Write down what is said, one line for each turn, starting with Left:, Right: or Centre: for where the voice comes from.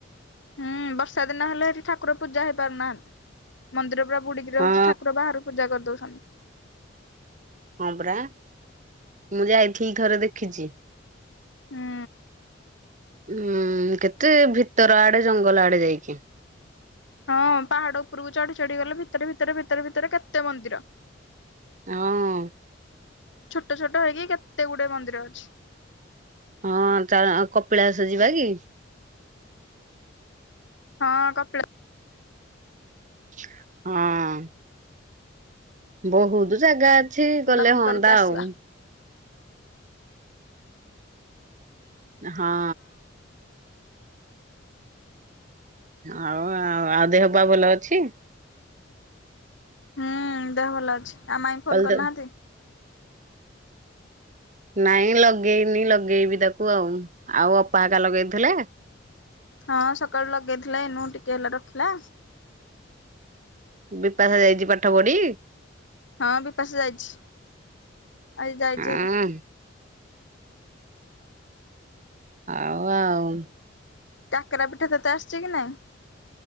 Left: ହୁଁ ବର୍ଷା ଦିନ ହେଲେ ହେଠି ଠାକୁର ପୂଜା ହେଇ ପାରୁନାହାନ୍ତି ମନ୍ଦିର ପୁରା ବୁଡିକି ରହୁଚି
Right: ହଁ
Left: ଠାକୁର ବାହାରୁ ପୂଜା କରିଦଉଛନ୍ତି।
Right: ହଁ ପରା ମୁଁ ଯାଇଥିଲି ଥରେ ଦେଖିଚି।
Left: ହୁଁ।
Right: ହୁଁ କେତେ ଭିତର ଆଡେ ଜଙ୍ଗଲ ଆଡେ ଯାଇକି।
Left: ହଁ ପାହାଡ ଉପରକୁ ଚଢି ଚଢି ଗଲେ ଭିତରେ- ଭିତରେ-ଭିତରେ-ଭିତରେ କେତେ ମନ୍ଦିର।
Right: ହଁ।
Left: ଛୋଟ ଛୋଟ ହେଇକି କେତେ ଗୁଡେ ମନ୍ଦିର ଅଛି।
Right: ହଁ ଚା କପିଳାସ ଯିବା କି?
Left: ହଁ କପିଳା
Right: ହଁ। ବହୁତୁ ଜାଗା ଅଛି ଗଲେ
Left: ବୁଲାବୁଲି
Right: ହଅନ୍ତା
Left: କରିକି ଆସିବା
Right: ଆଉ। ହଁ। ହଁ ଆଉ ଆଉ ଆଉ ଦେହ ପା ଭଲ ଅଛି?
Left: ହୁଁ ଦେହ ଭଲ ଅଛି, ଆଉ ମାଇଁ ଫୋନ
Right: କାଲି
Left: କରିନାହାନ୍ତି?
Right: ତ ନାଇଁ ଲଗେଇନି ଲଗେଇବି ତାକୁ ଆଉ, ଆଉ ଅପା ହେକା ଲଗେଇଥିଲେ?
Left: ହଁ ସକାଳୁ ଲଗେଇଥିଲେ ଏଇନୁ ଟିକିଏ ହେଲା ରଖିଲା।
Right: ବିପାଶା ଯାଇଚି ପାଠ ପଢି?
Left: ହଁ ବିପାଶା ଯାଇଛି ଆଜି ଯାଇଛି
Right: ହଁ
Left: ହାରି।
Right: ଆଉ ଆଉ।
Left: କାକରା ପିଠା ତତେ ଆସିଛି କି ନାଇଁ?